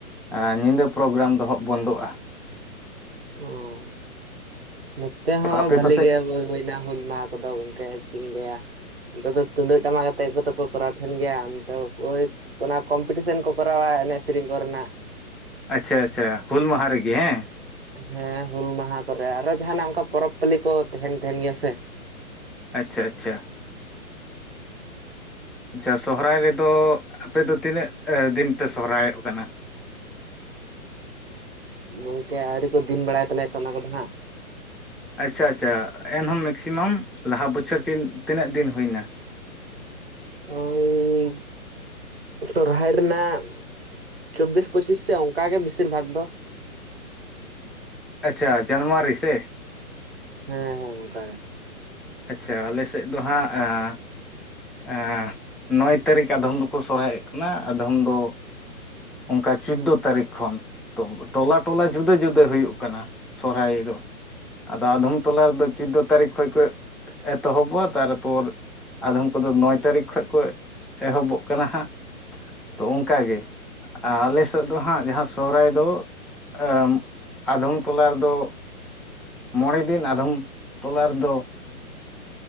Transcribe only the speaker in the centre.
ᱟᱸᱻ ᱧᱤᱫᱟᱹ ᱯᱳᱨᱳᱜᱮᱨᱟᱢ ᱫᱚᱦᱚᱵ ᱵᱚᱱᱫᱚᱜ-ᱟ᱾
ᱟᱯᱮ
ᱠᱚᱥᱮᱫ
ᱟᱪᱪᱷᱟ ᱟᱪᱪᱷᱟ ᱦᱩᱞ ᱢᱟᱦᱟ ᱨᱮᱜᱮ ᱦᱮᱸ᱾
ᱟᱪᱪᱷᱟ ᱟᱪᱪᱷᱟ ᱟᱪᱪᱷᱟ ᱥᱚᱦᱚᱨᱟᱭ ᱨᱮᱫᱚ ᱟᱯᱮ ᱫᱚ ᱛᱤᱱᱟᱹᱜ ᱫᱤᱱ ᱯᱮ ᱥᱚᱦᱚᱨᱟᱭᱚᱜ ᱠᱟᱱᱟ?
ᱟᱪᱪᱷᱟ ᱟᱪᱪᱷᱟ ᱮᱱᱦᱚᱢ ᱢᱮᱠᱥᱤᱢᱟᱢ ᱞᱟᱦᱟ ᱵᱚᱪᱷᱚᱨ ᱛᱤᱱᱟᱹᱜ ᱫᱤᱱ ᱦᱩᱭᱱᱟ᱾
ᱟᱪᱪᱷᱟ ᱡᱟᱱᱩᱣᱟᱨᱤ ᱥᱮ?
ᱟᱪᱪᱷᱟ ᱟᱞᱮ ᱥᱮᱫ ᱫᱚ ᱦᱟᱸᱜ ᱟᱸᱻ ᱟᱸᱻ ᱱᱚᱭ ᱛᱟᱹᱨᱤᱠᱷ ᱟᱫᱷᱚᱢ ᱫᱚᱠᱚ ᱥᱚᱨᱦᱟᱭᱮᱫ ᱠᱟᱱᱟ ᱟᱫᱷᱚᱢ ᱫᱚ ᱚᱱᱠᱟ ᱪᱳᱫᱚ ᱛᱟᱹᱨᱤᱠᱷ ᱠᱷᱚᱱ ᱫᱚ ᱴᱚᱞᱟ ᱴᱚᱞᱟ ᱡᱩᱫᱟᱹ ᱡᱩᱫᱟᱹ ᱦᱩᱭᱩᱜ ᱠᱟᱱᱟ ᱥᱚᱨᱦᱟᱭ ᱫᱚ᱾ ᱟᱫᱚ ᱟᱫᱷᱚᱢ ᱴᱚᱞᱟ ᱨᱮᱫᱚ ᱪᱳᱫᱚ ᱛᱟᱹᱨᱤᱠᱷ ᱠᱷᱚᱡ ᱠᱷᱚ ᱮᱛᱚᱦᱚᱵᱚᱜ-ᱟ ᱛᱟᱨᱯᱚᱨ ᱟᱫᱷᱚᱢ ᱠᱚᱫᱚ ᱱᱚᱭ ᱛᱟᱹᱨᱤᱠᱷ ᱠᱷᱚᱡ ᱠᱚ ᱮᱦᱚᱵᱚᱜ ᱠᱟᱱᱟ ᱦᱟᱸᱜ᱾ ᱛᱚ ᱚᱱᱠᱟ ᱜᱮ ᱟᱞᱮ ᱥᱮ ᱱᱤᱛᱚᱜ ᱫᱚ ᱦᱟᱸᱜ ᱡᱟᱦᱟᱸ ᱥᱚᱦᱚᱨᱟᱭ ᱫᱚ ᱟᱹᱢ ᱟᱫᱷᱚᱢ ᱴᱚᱞᱟ ᱨᱮᱫᱚ ᱢᱚᱬᱮᱸ ᱫᱤᱱ ᱟᱫᱚᱢ ᱴᱚᱞᱟ ᱨᱮᱫᱚ